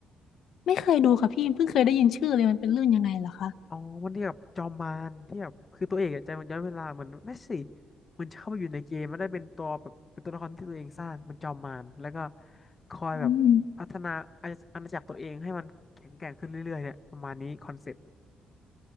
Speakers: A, on the left; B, on the left.
A: ไม่เคยดูค่ะพี่เพิ่งเคยได้ยินชื่อเลยมันเป็นเรื่องยังไงเหรอคะ
B: อ๋อมันที่แบบจอมมารที่แบบคือตัวเอกอะใจมันย้อนเวลาเหมือนไม่สิมันเข้าไปอยู่ในเกมมันได้เป็นตัวแบบเป็นตัวละครที่ตัวเองสร้างเป็นจอมมารแล้วก็คอยแบบพัฒนาอาณาอาณาจักรตัวเองให้มันแข็งแกร่งขึ้นเรื่อยๆเนี่ยประมาณนี้คอนเซ็ปต์
A: อืม